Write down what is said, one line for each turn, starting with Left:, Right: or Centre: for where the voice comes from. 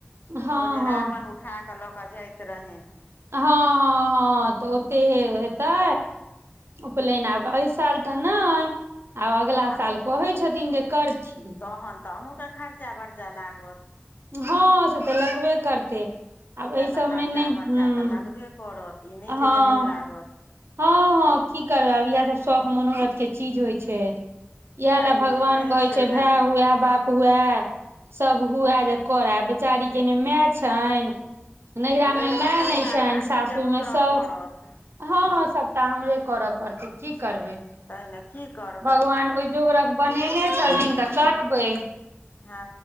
Right: हँ
Left: ओ जे
Right: हँ
Left: रावण उठा क ल क जाइत रहेनी
Right: हँ हँ हँ त ओतेेहे हेतै उपनयन आब एहि साल त नय आब अगला
Left: आ
Right: साल कहै छथिन जे करथिन
Left: तहन त अहूँ के खर्चा बर्चा लागत
Right: हँ से त लगबे करतै आब एहि
Left: किए त
Right: सबमे
Left: खर्चा
Right: नय
Left: बरचा
Right: हूँ
Left: त लगबे करत ई नहि
Right: हँ
Left: छै जे नहि लागत
Right: हँ हँ की करबै आब इएह सब शौख मनोरथ के चीज होइ छै इएह
Left: छै
Right: ले भगवान
Left: हे नहि
Right: कहे छै भाय
Left: आइ
Right: हुए बाप हुए सभ हुए जे करै बेचारी के ने मै छनि नहिरा
Left: तै
Right: मे
Left: ने
Right: मै
Left: तऽ सभटा
Right: नय छनि
Left: तऽ अहीँके
Right: सासूर
Left: करय
Right: मे साउस
Left: पड़त
Right: हँ हँ सभटा हमरे कर पड़तै की करबै
Left: तै ले की कर
Right: भगवान ओहि जोकरक बनेने छथिन त करबै
Left: हँ